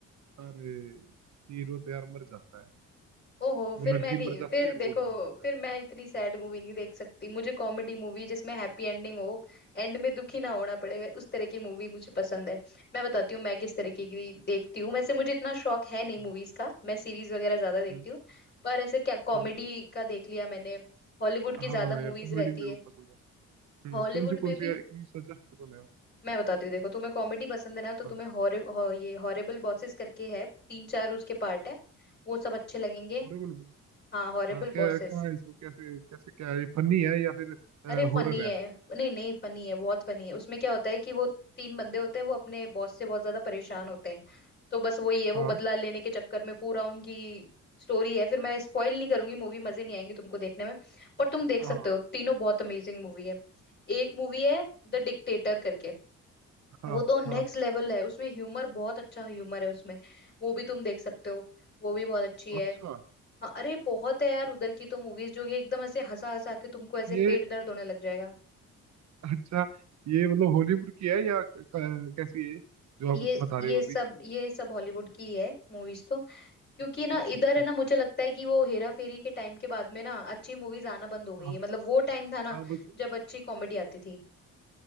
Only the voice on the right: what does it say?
अरे हीरो तो यार मर जाता है
वो
लड़की
मर जाती
है और
वो भी मर जाता
है
हम्म,
हम्म,
हम्म।
हाँ यार
कॉमेडी
मेरे
को पसंद है हम्म,
कौन सी कौन
सी
है कोई सजेस्ट करो ना यार
हाँ
हॉरर
हाँ, क्या
क्या है इसमें कैसे कैसे क्या है ये फनी है या फिर
हॉरर
है
हाँ
हाँ
अच्छा,
हाँ
हाँ
अच्छा
ये
अच्छा ये मतलब हॉलीवुड की है या क- क- कैसी है जो
आप बता रहे
हो
अभी
अच्छा
अच्छा
अच्छा
हाँ
हाँ बस